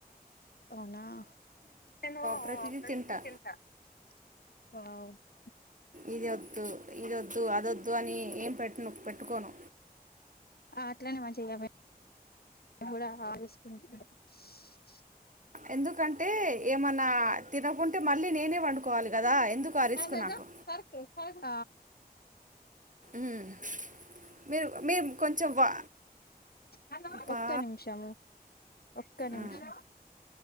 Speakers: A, on the left; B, on the right.
A: అవునా <unintelligible>
B: ప్రతిదీ తింటా ఇది వద్దు ఇది వద్దు అద వొద్దు అని ఏం పెట్టను పెట్టుకోను
A: ఆ అట్లానే మంచిది కదా కూడా <unintelligible>
B: ఎందుకంటే ఏమన్నా తినకుంటే మళ్ళీ నేనే వండుకోవాలి కదా ఎందుకు ఆ రిస్క్
A: ఏందదో
B: నాకు
A: సర్కి సర్క్
B: మ్మ్. మీరు మీరు కొంచెం వా
A: హలో
B: బా
A: ఒక్క నిమిషము ఒక్క నిమిషం
B: ఆ,